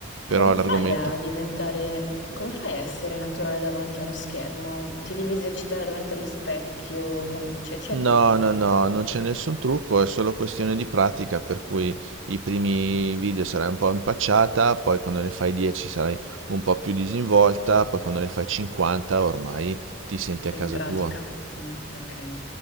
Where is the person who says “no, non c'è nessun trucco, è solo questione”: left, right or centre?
Right